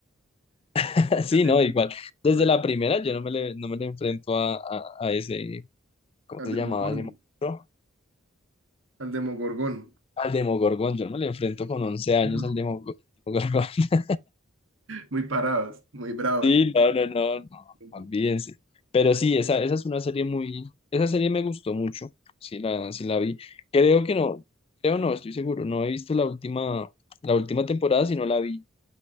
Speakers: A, on the left (about 30°); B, on the right (about 75°).
A: <laughs>
B: Y que
A: Sí,
B: hacen
A: no,
B: bu-
A: igual. Desde
B: ¿no ves?
A: la primera yo no me le, no me le enfrento a, a, a ese, ¿cómo
B: Al
A: se
B: Demogorgon.
A: llamaba ese monstruo?
B: Al Demogorgon.
A: Al Demogorgon, yo no me le enfrento con 11 años
B: <laughs>
A: al Demogor- Demogorgon. <laughs>
B: Muy parados, muy bravos.
A: Sí, no, no, no, no,
B: Ok,
A: olvídense. Pero sí, esa, esa es una serie muy, esa serie me gustó mucho, sí la, sí la vi. Creo que no, creo no, estoy seguro, no he visto la última, la última temporada, si no la vi.